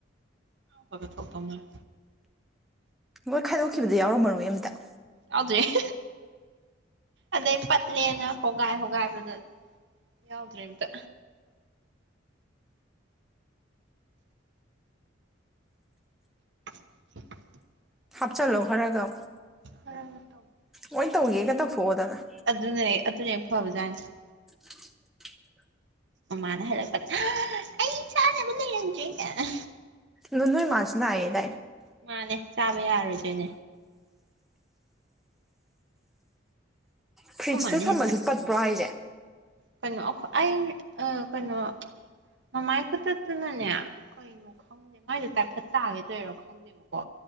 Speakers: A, on the right; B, in the centre.
A: ꯈꯥꯒꯥ ꯊꯧꯛꯇꯧ ꯃꯥꯜꯅꯦ
B: ꯅꯣꯢ ꯈꯥꯢꯗꯣꯛꯈꯤꯕꯗ ꯌꯥꯎꯔꯝꯃꯔꯣꯏ ꯑꯝꯇ
A: ꯌꯥꯎꯗ꯭ꯔꯦ <unintelligible> ꯑꯗꯩ ꯄꯠꯂꯦꯅ ꯍꯣꯒꯥꯏ ꯍꯣꯒꯥꯏꯕꯗ ꯌꯥꯎꯗ꯭ꯔꯦ ꯑꯝꯇ <unintelligible>
B: ꯍꯥꯞ ꯆꯥꯜꯂꯣ ꯈꯔꯒ ꯑꯃꯨꯛ
A: ꯈꯔꯒ ꯇꯧ
B: ꯂꯣꯢ ꯇꯧꯒꯦꯒ ꯇꯧꯊꯣꯛꯑꯣꯗ ꯅꯪ
A: ꯑꯗꯨꯅꯦ ꯑꯗꯨꯅ ꯍꯦꯛ ꯐꯥꯕ ꯖꯥꯠꯅꯦ
B: <inaudible>
A: ꯑꯃꯥꯢꯅ ꯍꯥꯢꯔꯛꯄꯗ ꯑ ꯑꯩ ꯆꯥꯅꯕ ꯂꯩꯔꯝꯗꯔꯦ ꯀꯥꯢꯅ
B: ꯑꯗꯨ ꯅꯣꯢ ꯃꯥꯖꯨ ꯅꯌꯦꯗꯥꯢꯅꯦ
A: ꯃꯥꯅꯦ ꯆꯥꯕ ꯌꯥꯔꯣꯏꯗꯣꯏꯅꯦ
B: ꯐ꯭ꯔꯤꯖꯇ
A: ꯑꯈꯣꯢ ꯃꯥꯅꯦ
B: ꯊꯝꯕꯁꯨ
A: ꯍꯦꯟꯅ ꯁꯥꯊꯤꯅꯦ
B: ꯄꯠꯄ꯭ꯔꯣ ꯍꯥꯏꯁꯦ
A: ꯀꯩꯅꯣ ꯑꯩꯈꯣ ꯑꯩ ꯑ ꯀꯩꯅꯣ ꯃꯃꯥꯏ ꯈꯨꯆꯠꯇꯨꯅꯅꯦ ꯀꯩꯅꯣ ꯈꯪꯗꯦ ꯃꯥꯏꯗꯣ ꯇꯥꯏꯐꯠ ꯇꯥꯒꯦ ꯇꯧꯢꯔ ꯈꯪꯗꯦꯕꯀꯣ